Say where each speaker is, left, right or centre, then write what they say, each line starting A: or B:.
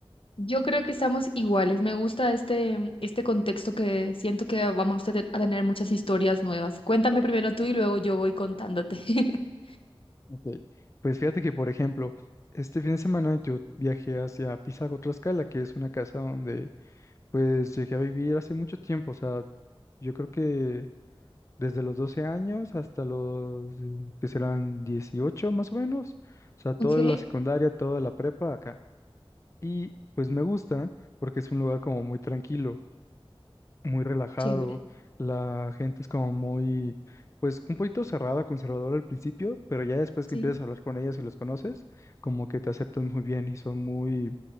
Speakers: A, on the left; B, on the left.
A: yo creo que estamos iguales. Me gusta este, este contexto que siento que vamos a te- a tener muchas historias nuevas. Cuéntame primero tú y luego yo voy contándote. <laughs>
B: Ok, pues fíjate que por ejemplo, este fin de semana yo viajé hacia Pisago, Tlaxcala, que es una casa donde pues llegué a vivir hace mucho tiempo, o sea, yo creo que Desde los 12 años hasta los eh, que serán dieciocho más o menos. O sea, toda
A: Ok,
B: la secundaria, toda la prepa acá. Y pues me gusta porque es un lugar como muy tranquilo muy relajado,
A: chévere.
B: la gente es como muy, pues un poquito cerrada, conservadora al principio, pero ya después
A: Sí.
B: que empiezas a hablar con ellas y los conoces, como que te aceptan muy bien y son muy